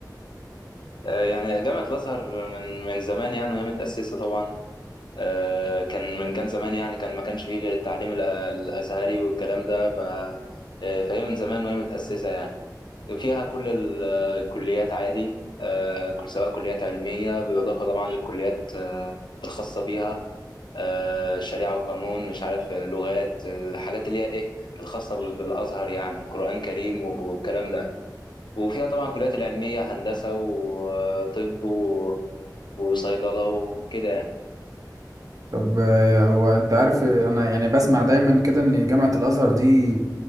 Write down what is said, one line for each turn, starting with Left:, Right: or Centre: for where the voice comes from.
Left: آه يعني جامعة الازهر من من زمان يعني وهي متأسسة طبعا آه كان من كان زمان يعني كان ما كانش فيه غير التعليم ال- الازهري والكلام ده ف آه فهي من زمان وهي متأسسة يعني فيها كل ال- الكليات عادي آه كل سواء كليات علمية بالإضافة طبعا للكليات آه الخاصة بيها آه شريعة وقانون مش عارف لغات الحاجات اللي هي ايه الخاصة بال- بالازهر يعني قرآن كريم والكلام ده وفيها طبعا كليات العلمية هندسة وطب و... وصيدلة وكده يعني
Right: طب آه، هو انت عارف آه، انا يعني بسمع دايما كده ان جامعة الازهر دي